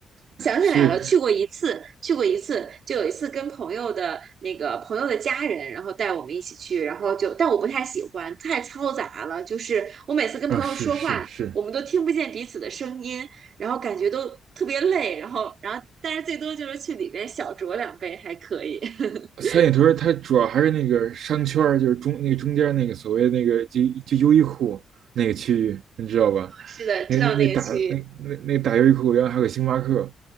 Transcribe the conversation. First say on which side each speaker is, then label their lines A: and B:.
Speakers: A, on the right; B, on the right.
A: 想起来了，
B: 是
A: 去过一次，去过一次，就有一次跟朋友的那个朋友的家人，然后带我们一起去，然后就，但我不太喜欢，太嘈杂了，就是我每次跟朋友说话，
B: 啊，是是是，
A: 我们都听不见彼此的声音，然后感觉都特别累，然后，然后，但是最多就是去里边小酌两杯还可以。<laughs>
B: 三里屯儿它主要还是那个商圈儿就是中那个中间儿那个所谓那个就就优衣库那个区域，你知道吧？
A: 是的，知道那个区域
B: 那那那大那那那大优衣库，然后还有个星巴克，